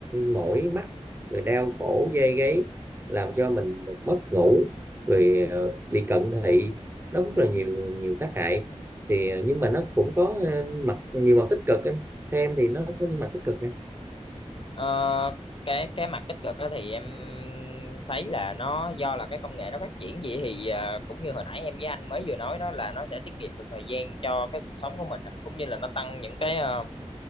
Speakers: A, on the right (about 20°); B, on the left (about 50°).
A: mỏi mắt rồi đau cổ dây gáy làm cho mình mất ngủ rồi ờ, bị cận thị nó rất là nhiều nhiều tác hại thì ờ, nhưng mà nó cũng có ờ, mặt nhiều mặt tích cực em theo em thì nó có những mặt tích cực nè
B: ờ, cái cái mặt tích cực đó thì em thấy là nó do là cái công nghệ nó phát triển gì thì ờ, cũng như hồi nãy em với anh mới vừa nói đó là nó sẽ tiết kiệm được thời gian cho cái cuộc sống của mình nè, cũng như là nó tăng những cái ờ,